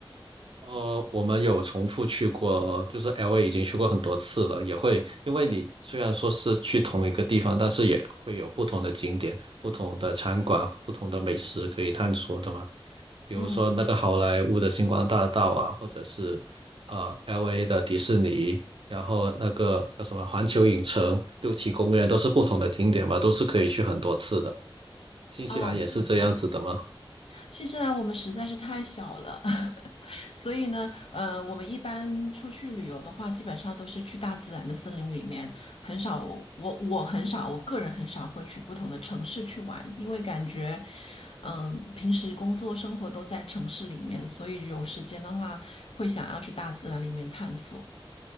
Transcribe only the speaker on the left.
嗯。
哦，明白。新西兰我们实在是太小了，<laughs> 所以呢，呃，我们一般出去旅游的话，基本上都是去大自然的森林里面，很少，我我很少，我个人很少会去不同的城市去玩，因为感觉，嗯，平时工作生活都在城市里面，所以有时间的话，会想要去大自然里面探索。